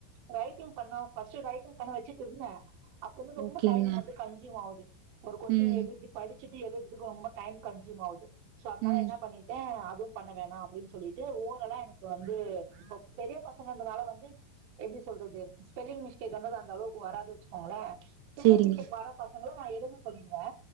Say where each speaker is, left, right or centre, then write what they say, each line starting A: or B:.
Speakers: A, on the right; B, on the right.
A: ரைட்டிங் பண்ணா ஃபஸ்ட் ரைட்டிங் பண்ண வெச்சிட் இர்ந்தே அப்பவந்து ரொம்ப
B: ஓகேங்க
A: டைம் வந்து கன்சியூம் ஆவ்து ஒரு கொஷ்டின்
B: ம்
A: எழுதி படி சிட்டு எழுதுக்கு ரொம்ப டைம் கன்சூம் ஆவ்து சோ அதுனால
B: ம்
A: என்ன பண்ணிட்டே அதுவ் பண்ண வேணா அப்டின் சொல்லிட்டு ஓரல்லா எனக்கு வந்து இப்போ பெரிய பசங்கன்றதுனால வந்து எப்டி சொல்றது ஸ்பெல்லிங் மிஸ்டேக் அந்தது அந்தளவுக்கு வராது வச்சுக்கோங்களே ஸ்பெல்லிங்
B: சேரிங்க
A: மிஸ்டேக் வர பசங்கள நா எழுது சொல்லிருவே